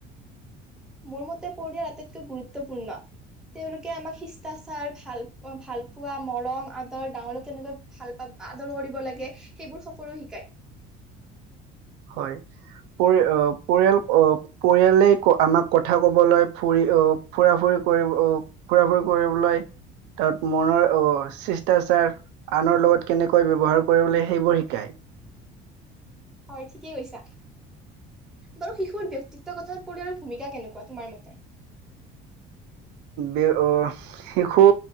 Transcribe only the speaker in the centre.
মোৰ মতে পৰিয়াৰ আটাইতকৈ গুৰুত্বপূৰ্ণ। তেওঁলোকে আমাক শিষ্টাচাৰ ভাল ভাল পোৱা, মৰম আদৰ, ডাঙৰক কেনেকুৱা- ভাল পাব, আদৰ কৰিব লাগে সেইবোৰ সকলো শিকায়।
হয়, ঠিকেই কৈছা। বাৰু শিশুৰ ব্যক্তিত্ব গঠনত পৰিয়ালৰ ভূমিকা কেনেকুৱা তোমাৰ মতে?